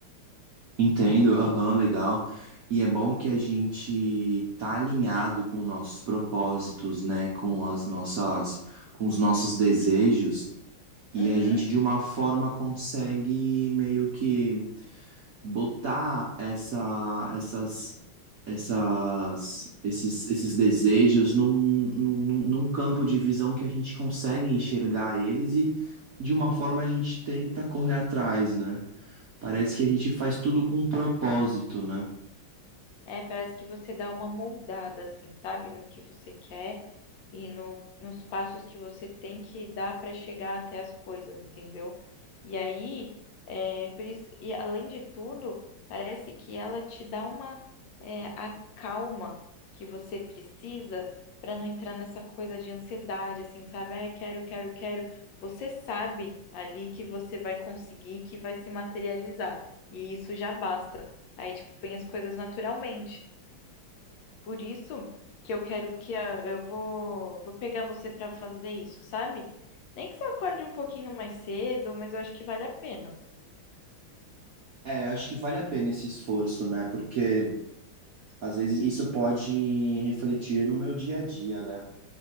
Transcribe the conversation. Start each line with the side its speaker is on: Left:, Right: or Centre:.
Right: entendo, aham, legal. E é bom que a gente tá alinhado com nossos propósitos, né? Com as nossas, com os nossos desejos. E
Left: Uhum.
Right: a gente, de uma forma, consegue meio que botar essa, essas, essas, esses, esses desejos num, num, num campo de visão que a gente consegue enxergar eles e, de uma forma, a gente tenta correr atrás, né? Parece que a gente faz tudo com um propósito, né?
Left: É, parece que você dá uma moldada, assim, sabe, no que você quer. e no, nos passos que você tem que dar para chegar até as coisas, entendeu? E aí, é, por isso, e além de tudo, parece que ela te dá uma é, a calma que você precisa para não entrar nessa coisa de ansiedade, assim, sabe? Ai, quero, quero, quero. Você sabe ali que você vai conseguir, que vai se materializar. E isso já basta. Aí, tipo, vem as coisas naturalmente. Por isso que eu quero que a- eu vou, vou pegar você para fazer isso, sabe? Nem que você acorde um pouquinho mais cedo, mas eu acho que vale a pena.
Right: É, acho que vale a pena esse esforço, né? Porque às vezes isso pode refletir no meu dia a dia, né?